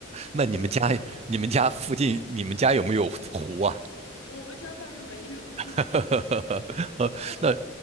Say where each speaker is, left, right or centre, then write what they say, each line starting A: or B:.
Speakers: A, on the right; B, on the left.
A: 那你们家你们家附近你们家有没有湖啊？
B: 嗯，我们家倒是没有，<laughs>
A: <laughs>
B: 我们家
A: 那